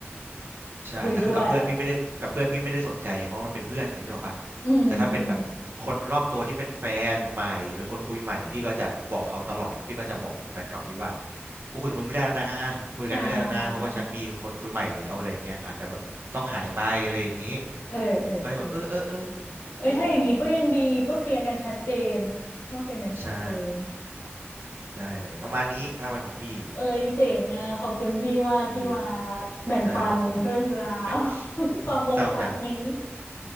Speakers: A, on the right (about 60°); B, on the left (about 65°).
A: ใช่แต่คือกับเพื่อนพี่ไม่ได้กับเพื่อนพี่ไม่ได้สนใจเพราะว่ามันเป็นเพื่อนไงนึกออกปะ
B: คุยด้วยอืมอืม
A: แต่ถ้าเป็นแบบคนรอบตัวที่เป็นแฟนใหม่เป็นคนคุยใหม่พี่ก็จะบอกเขาตลอดแล้วพี่ก็จะบอกแฟนเก่าพี่ว่ากูคุยกับมึงไม่ได้แล้วนะคุยกันไม่ได้แล้วนะเพราะว่าฉันมีคนคุยใหม่แล้วอะไรอย่างเงี้ยอาจจะแบบต้องหายไปอะไรอย่างงี้
B: อ่าเออเออเออ
A: มันก็จะแบบเออเออเออมึงก็่งี้แหละเออ
B: เอ้ยถ้าอย่างนี้ก็ยังดีก็เคลียร์กันชัดเจนก็เคลียร์กันชัดเจน
A: ใช่ได้เลยประมาณนี้ทางเนของพี่
B: เอ้ยเจ๋งอ่ะขอบคุณพี่ว่าที่มา
A: เออ
B: แบ่งปันเรื่องราว
A: ใช่ครับผมแหม่
B: <laughs> ความอกหักนี้
A: เศร้าจัง